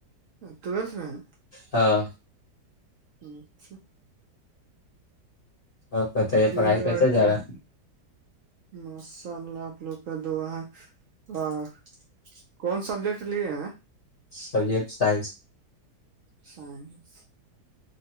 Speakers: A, on the right; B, on the left.
A: ٹل میں ہیں
B: ہاں
A: اچھا
B: ا بتائی یہ
A: پھر
B: پڑھائی کیس ج
A: کیا
B: رہا ہے
A: ماشاء اللہ آپ لوگ کا دعا ہے اور کون سبجیکٹ لیے ہیں
B: سبجیکٹ سائنس
A: س